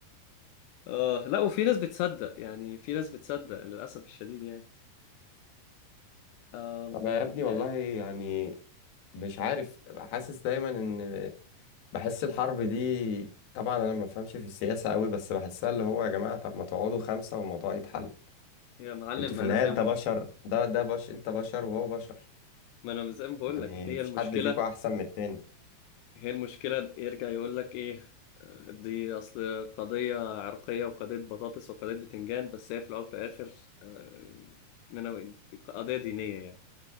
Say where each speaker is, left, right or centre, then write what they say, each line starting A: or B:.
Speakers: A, on the left; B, on the left.
A: اه لا وفي ناس بتصدق يعني في ناس بتصدق للاسف الشديد يعني أم...
B: انا يا ابني والله يعني مش عارف حاسس دايما ان بحس الحرب دي طبعا انا ما بفهمش في السياسه قوي بس بحسها اللي هو يا جماعه طب ما تقعدوا خمسه والموضوع يتحل
A: يا معلم
B: انتوا في
A: انا
B: النهايه
A: زي
B: انت
A: ما بقول
B: بشر ده ده بش انت بشر وهو بشر
A: ما انا زي ما بقول
B: يعني
A: لك هي
B: مفيش
A: المشكله
B: حد فيكم احسن من التاني
A: هي المشكلة يرجع يقول لك إيه آه، دي أصل قضية عرقية وقضية بطاطس وقضية بتنجان بس هي في الأول وفي الآخر آه، إننا قضية دينية يعني